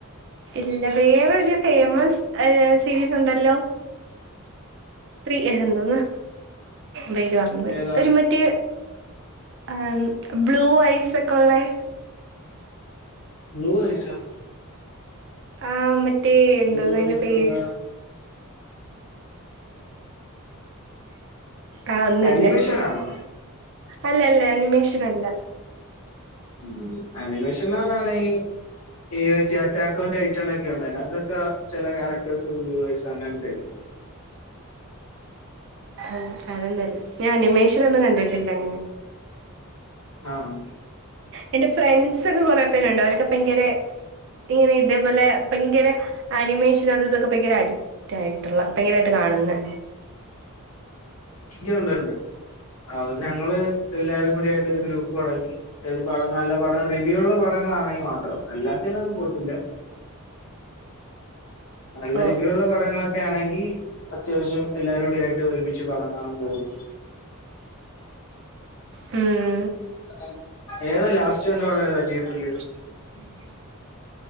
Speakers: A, on the right; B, on the left.
A: ഇല്ല വേറൊരു ഫേമസ് ഏഹ് സീരീയസുണ്ടല്ലോ ത്രീ ഏഹ് എന്തോന്ന് പേര് മറന്നോയി
B: ഏതാ
A: ഒര് മറ്റേ ആം ബ്ലൂ ഐസൊക്കൊള്ളേ
B: ബ്ലു ഐസൊ
A: ആഹ് മറ്റേ എന്തോന്നയ്ൻ്റെ
B: ബ്ലൂ ഐസ്
A: പേര്
B: ഉള്ള
A: ആഹ് ഒന്നുല്ല.
B: അനിമേഷൻ ആണോ
A: അല്ലല്ല ആനിമേഷനല്ല
B: ഹ്മ്മ് ആനിമേഷനാതാണേ ഈ റ്റാറ്റാക്കോന്റെ ഐറ്റം ഇതൊക്കെ ഉണ്ട് അതിനകത്തൊക്കെ ചെല ക്യാരക്ടേഴ്സ് ബ്ലൂ ഐസാ അങ്ങനത്തെയൊക്കെ
A: ആഹ് അതൊന്നല്ല, ഞാൻ ആനിമേഷനൊന്നും കണ്ടിട്ടില്ല അങ്ങനെ
B: ആഹ്
A: എന്റെ ഫ്രണ്ട്‌സൊക്കെ കൊറേ പേരുണ്ട് അവരൊക്കെ ഭയങ്കരെ ഇങ്ങനെ ഇതേ പോലെ ഭയങ്കര ആനിമേഷനും അതും ഇതൊക്കെ ഭയങ്കരടി റ്റായിട്ടുള്ള ഭയങ്കരായിട്ട് കാണുന്നെ
B: <unintelligible> കൊണ്ടര്ണ്ട് അത് ഞങ്ങള് എല്ലാരും കൂടിയായിട്ടൊരു ഗ്രൂപ്പ് തൊടങ്ങി ഏത് പടം നല്ല പടം റിവ്യൂള്ള പടങ്ങളാണെങ്കി മാത്രം അല്ലാത്തേനൊന്നും പോയിട്ടില്ല. <inaudible> നല്ല
A: ഓ
B: റിവ്യൂള്ള പടങ്ങളൊക്കെ ആണെങ്കി അത്യാവിശ്യം എല്ലാരൂടിയായിട്ട് ഒരുമിച്ച് പടം കാണാൻ പോവും.
A: ഹ്മ്മ്
B: <inaudible> ഏതാ ലാസ്റ്റ് കണ്ട പടേതാ തിയേറ്ററില്?
A: <inaudible>